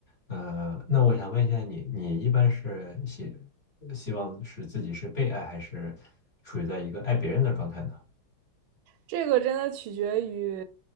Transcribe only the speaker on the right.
这个真的取决于，